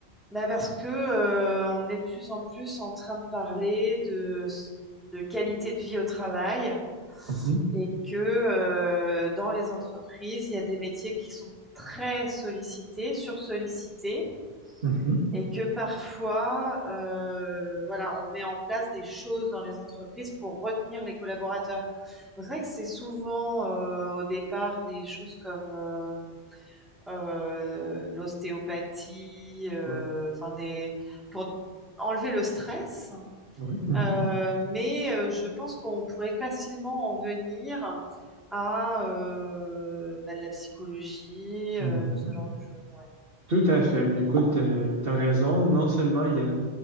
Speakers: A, in the centre; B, on the right (about 60°).
A: Bah, parce que euh, on est de plus en plus en train de parler de, de qualité de vie au travail
B: Mhm,
A: et que euh, dans les entreprises, il y a des métiers qui sont très sollicités, sursollicités
B: mhm.
A: et que parfois, euh, voilà, on met en place des choses dans les entreprises pour retenir les collaborateurs. Donc, C'est vrai que c'est souvent euh, au départ des choses comme euh, euh, de l'ostéopathie, euh,
B: Ouais,
A: enfin des pour enlever le stress,
B: ouais, mhm,
A: Euh, mais euh, je pense qu'on pourrait facilement en venir à euh, bah, de la psychologie,
B: mhm.
A: euh, ce genre de choses. Ouais,
B: Tout à fait. Ben, écoute, tu as raison. Non seulement il y a,